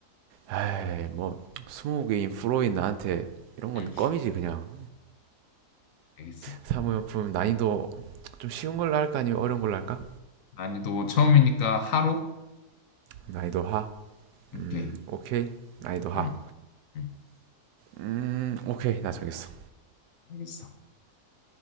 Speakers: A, on the right (about 80°); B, on the left (about 65°).
A: 에이, 뭐, 스무고개인 프로인 나한테 이런
B: 응,
A: 건 껌이지, 그냥.
B: 알겠어.
A: 사무용품 난이도 좀 쉬운 걸로 할까, 아니면 어려운 걸로 할까?
B: 난이도 처음이니까 하루?
A: 난이도 하.
B: 오케이.
A: 음, 오케이. 난이도 하.
B: 응, 응,
A: 음, 오케이. 나 정했어.
B: 알겠어.